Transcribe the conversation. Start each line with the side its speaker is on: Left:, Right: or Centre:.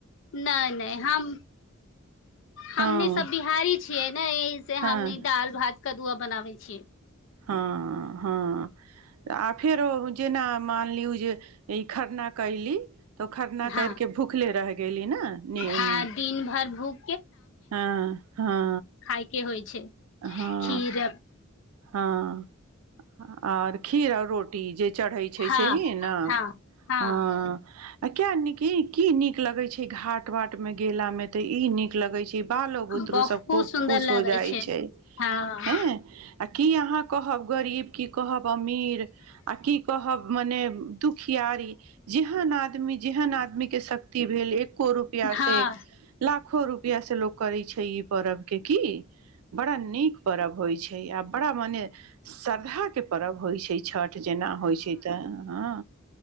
Left: नै नै हम हमनी
Right: हँ
Left: सब बिहारी छियै ने से
Right: हँ
Left: हमनी दाल भात कदुआ बनाबै छियै
Right: हँ हँ आ फेरो जेना मान लियौ जे ई खरना कयली त ओ खरना
Left: हँ
Right: कर केे भूखले रह गेली ने न
Left: हँ दिन भर भूख
Right: हँ हँ
Left: खायके होई छै
Right: हँ
Left: खीर
Right: हँ आर खीर रोट टी जे चढ़ै छै
Left: हँ
Right: से ही ने
Left: हँ हँ
Right: ह आ किया निकी की निक लगै छै घाट वाट में गेला में ते इ नीक लगै छै बालो बुतरु
Left: बहुत
Right: सब खूब
Left: सुन्दर
Right: खुश
Left: लगै
Right: हो जाइ छै
Left: हँ
Right: हैं आ की आहाँ कहब गरीब की कहब अमीर आ की कहब मने दुखियारी जेहन आदमी जेहन आदमी के शक्ति भेल एको रुपआ
Left: हँ
Right: से लाखो रुपया से लोक करै छै ई पर्व के की बड़ा नीक पोरब होइ छै है आ पोरब ओने श्रद्धा के परब होइ छै छठ ट जेना होइ छै त हँ